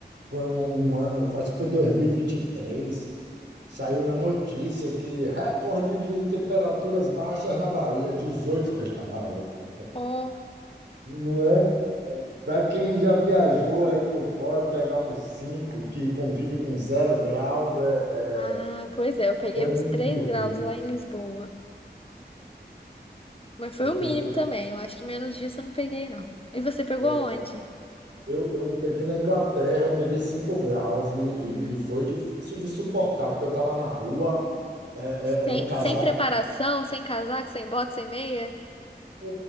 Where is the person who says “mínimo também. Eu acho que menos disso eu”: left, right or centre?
Left